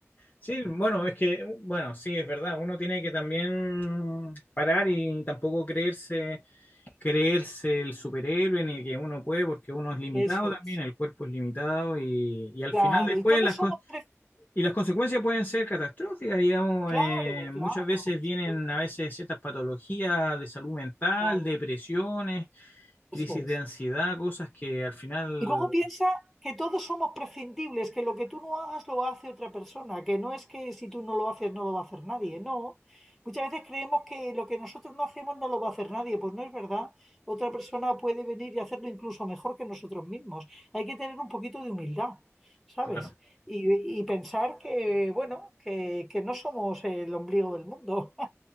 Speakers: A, on the left (about 35°); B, in the centre.
A: Sí, bueno, es que, bueno, sí, es verdad, uno tiene que también parar y tampoco creerse creerse el superhéroe ni que uno puede porque uno es limitado
B: Eso
A: también,
B: es.
A: el cuerpo es limitado y, y al
B: Claro,
A: final después
B: y todos
A: las, con-
B: somos... pre-
A: y las consecuencias pueden ser catastróficas, digamos,
B: Claro,
A: eh, muchas
B: claro,
A: veces
B: por
A: vienen
B: supuesto,
A: a veces ciertas patologías de salud mental,
B: claro,
A: depresiones, crisis
B: eso es.
A: de ansiedad, cosas que al final,
B: Y luego piensa que todos somos prescindibles, que lo que tú no hagas lo hace otra persona, que no es que si tú no lo haces no lo va a hacer nadie, no. Muchas veces creemos que lo que nosotros no hacemos no lo va a hacer nadie, pues no es verdad. Otra persona puede venir y hacerlo incluso mejor que nosotros mismos. Hay que tener un poquito de humildad, ¿sabes?
A: claro,
B: Y, y pensar que, bueno, que, que no somos el ombligo del mundo.